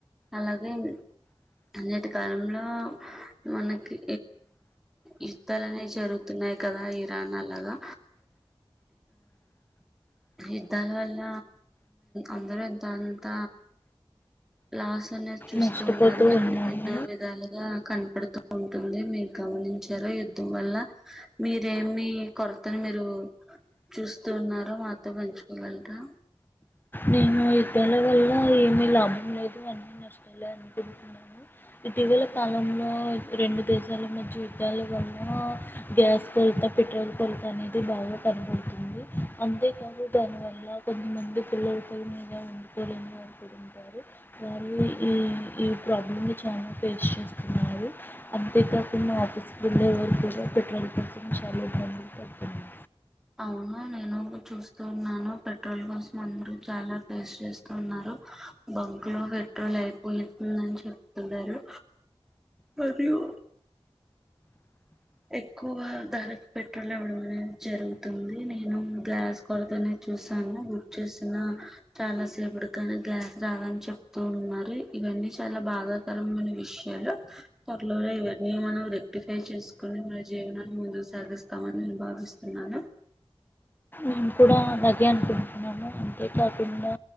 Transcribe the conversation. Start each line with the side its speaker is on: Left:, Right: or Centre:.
Centre: అలాగే అన్నిటి కాలంలో మనకి యుద్ధాలు అనేవి జరుగుతున్నాయి కదా ఇరాన్ అలాగా యుద్ధాల వల్ల అందరు ఎంతో అంత లాస్ అనే చూస్తున్నారు
Left: నష్టపోతూ
Centre: ఎ
Left: ఉన్నాము
Centre: ఎన్నో విధాలు కనపడుతూ ఉంటుంది మీ గమనించారా యుద్ధం వల్ల మీరేమి కొరతని మీరు చూస్తూ ఉన్నారో మాతో పంచుకోగలరా
Left: నేను యుద్ధాల వల్ల ఏమి లాభ నేనైతే అన్నీ నష్టాలే అనుకుంటున్నాను ఇటీవల కాలంలో రెండు దేశాల మధ్య యుద్ధాల వల్ల గ్యాస్ కొరత పెట్రోల్ కొరత అనేది బాగా కనబడుతుంది అంతేకాదు దాని వల్ల కొంతమంది పిల్లలు మీద వండుకోలేని వాళ్ళు కూడా ఉంటారు వాళ్ళు ఈ ఈ ప్రాబ్లంని చాలా ఫేస్ చేస్తున్నారు అంతేకాకుండా ఆఫీస్కి వెళ్ళేవారు కూడా పెట్రోల్ కోసం చాలా ఇబ్బందులు పడుతున్నారు
Centre: అవును నేను కూడ చూస్ స్తున్నాను పెట్రోల్ కోసం అందరు చాలా ఫేస్ చేస్తున్నారు బంక్లో పెట్రోల్ అయి పోతుందని చెప్తున్నారు మరియు ఎక్కువ ధరకి పెట్రోల్ ఇవ్వడం అనేది జరుగుతుంది నేను గ్యాస్ కొరతనే చూసాను బుక్ చేసిన చాలా సేపటికానీ గ్యాస్ రాదని చెప్తూ ఉన్నారు ఇవన్నీ చాలా బాధాకరమైన విషయాలు త్వరలోనే ఇవన్నీ మనం రెక్టిఫై చేసు కొని మన జీవనాన్ని ముందుకు సాగిస్తామని నేను భావిస్తున్నాను
Left: నేను కూడా అంతే అనుకుంటున్నాను అంతే కాకుండా